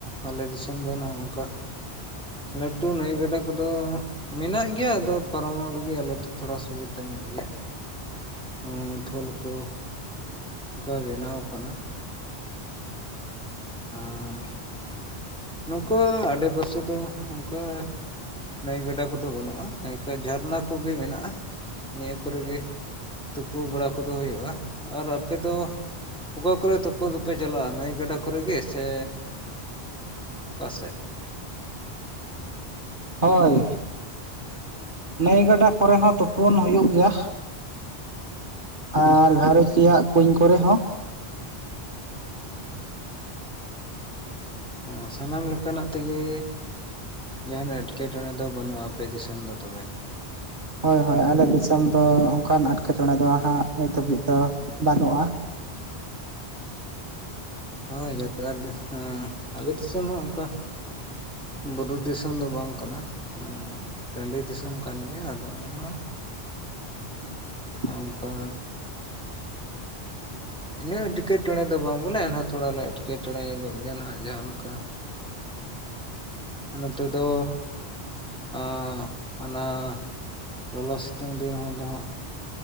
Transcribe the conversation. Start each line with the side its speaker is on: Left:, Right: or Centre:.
Centre: ᱟᱞᱮ ᱫᱤᱥᱚᱢ ᱫᱚ ᱱᱟᱜ ᱚᱱᱠᱟ ᱞᱟᱹᱴᱩ ᱱᱟᱹᱭ ᱜᱟᱰᱟ ᱠᱚᱫᱚ ᱢᱮᱱᱟᱜ ᱜᱮᱭᱟ ᱟᱫᱚ ᱯᱟᱨᱚᱢᱚᱜ ᱞᱟᱹᱜᱤᱫ ᱟᱞᱮ ᱫᱚ ᱛᱷᱚᱲᱟ ᱥᱩᱵᱤᱫᱟ ᱧᱚᱜ ᱜᱮᱭᱟ। ᱦᱩᱸ ᱯᱷᱚᱞ ᱠᱚ ᱚᱱᱠᱟ ᱵᱮᱱᱟᱣ ᱠᱟᱱᱟ। ᱟᱨ ᱱᱚᱝᱠᱟ ᱟᱰᱮ ᱯᱟᱥᱮ ᱫᱚ ᱚᱝᱠᱟ ᱱᱟᱹᱭ ᱜᱟᱰᱟ ᱠᱚᱫᱚ ᱵᱟᱹᱱᱩᱜᱼᱟ, ᱤᱱᱠᱟᱹ ᱡᱷᱟᱨᱱᱟ ᱠᱚᱜᱮ ᱢᱮᱱᱟᱜᱼᱟ ᱱᱤᱭᱟᱹ ᱠᱚᱨᱮ ᱜᱮ ᱛᱳᱯᱳ ᱵᱟᱲᱟ ᱠᱚᱫᱚ ᱦᱳᱭᱳᱜᱼᱟ ᱟᱨ ᱟᱯᱮ ᱫᱚ ᱚᱠᱟ ᱠᱚᱨᱮ ᱛᱳᱯᱳ ᱫᱚᱯᱮ ᱪᱟᱞᱟᱜᱼᱟ ᱱᱟᱹᱭ ᱜᱟᱰᱟ ᱠᱚᱨᱮ ᱜᱮ ᱥᱮ ᱚᱠᱟ ᱥᱮᱜ?
Right: ᱦᱳᱭ ᱱᱟᱹᱭ ᱜᱟᱰᱟ ᱠᱚᱨᱮ ᱦᱚᱸ ᱛᱳᱯᱳᱱ ᱦᱳᱭᱳᱜ ᱜᱮᱭᱟ᱾ ᱟᱨ ᱜᱷᱟᱨᱚᱸᱡᱽ ᱨᱮᱭᱟᱜ ᱠᱩᱧ ᱠᱚᱨᱮ ᱦᱚᱸ,
Centre: ᱚ ᱥᱟᱱᱟᱢ ᱞᱮᱠᱟᱱᱟᱜ ᱛᱮᱜᱮ ᱡᱟᱦᱟᱱ ᱮᱴᱠᱮᱴᱚᱬᱮ ᱫᱚ ᱵᱟᱹᱱᱩᱜᱼᱟ ᱟᱯᱮ ᱫᱤᱥᱚᱢ ᱫᱚ ᱛᱚᱵᱮ᱾
Right: ᱦᱳᱭ ᱦᱳᱭ ᱟᱞᱮ ᱫᱤᱥᱚᱢ ᱫᱚ ᱚᱱᱠᱟᱱ ᱮᱴᱠᱮᱴᱚᱬᱮ ᱫᱚ ᱦᱟᱸᱜ ᱱᱤᱛ ᱫᱷᱟᱹᱵᱤᱡ ᱫᱚ ᱵᱟᱹᱱᱩᱜᱼᱟ᱾
Centre: ᱦᱳᱭ <unintelligible> ᱦᱮᱸ ᱟᱞᱮ ᱫᱤᱥᱚᱢ ᱦᱚᱸ ᱚᱱᱠᱟ ᱵᱩᱨᱩ ᱫᱤᱥᱚᱢ ᱫᱚ ᱵᱟᱝ ᱠᱟᱱᱟ ᱩᱸ ᱴᱟᱰᱤ ᱫᱤᱥᱚᱢ ᱠᱟᱱ ᱜᱮᱭᱟ ᱟᱫᱚ ᱮᱱᱦᱚᱸ
Right: <inaudible>
Centre: ᱚᱝᱠᱟ ᱤᱱᱟᱹᱜ ᱮᱴᱠᱮᱴᱚᱬᱮ ᱫᱚ ᱵᱟᱝ ᱵᱚᱞᱮ ᱮᱱᱦᱚᱸ ᱛᱷᱚᱲᱟ ᱞᱮ ᱮᱴᱠᱮᱴᱚᱬᱮ ᱜᱚᱜ ᱜᱮᱭᱟ ᱱᱟᱦᱟᱜ ᱡᱟᱦᱟᱸ ᱞᱮᱠᱟ, ᱱᱚᱛᱮ ᱫᱚ ᱟᱸ ᱚᱱᱟ ᱞᱚᱞᱚ ᱥᱤᱛᱩᱝ ᱫᱤᱱ ᱦᱚᱲ ᱫᱚ ᱦᱟᱸᱜ